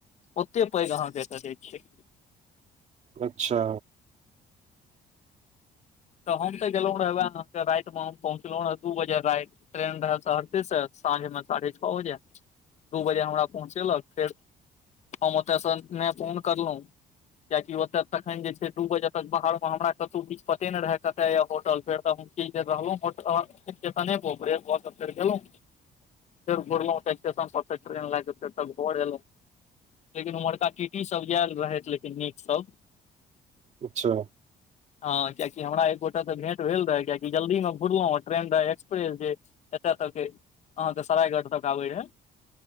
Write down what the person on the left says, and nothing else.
ओते पैघ अहाँके तदैत छै
तऽ हम तऽ गेलहुँ रहे, ओहि रातिमे हम दू बजे राति पहुँचलहुँ रह। ट्रेन रह सहरदीसँ साँझमे साढ़े छओ बजे दू बजे हमरा पहुँचेलक फेर हम ओतयसँ नहि फोन करलहुँ किएक तँ ओतऽ तखन जे छै, दू बजे तक बाहरमे हमरा कतहु किछु रहे के होटल फेर तऽ तू रहलहुँ, स्टेशन फेर गेलहुँ।
फेर घुरलहुँ ट्रेन लऽ कऽ, फेर तऽ घर एलहुँ। लेकिन उम्हरका टीटी सब आयल रहथि लेकिन नीक सब
ह कियाकि हमरा एक गोटा त भेट भेल रहे कआकि जल्दी मे घुरलों ट्रेन रह एक्सप्रेस जे एतय तक अहाँके सरायगढ़ तक आबैत रहै